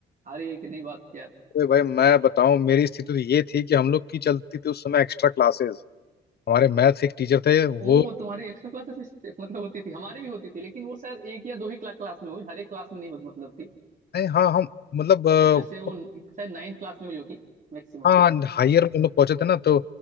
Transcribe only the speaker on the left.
अरे भाई मैं बताऊं मेरी स्थिति तो ये थी कि हम लोग की चलती थी उस समय एक्स्ट्रा क्लासेस हमारे मैथ्स एक टीचर थे वो
नहीं हाँ हम मतलब
अ,
हाँ हायर
में हम लोग पहुंचे थे ना तो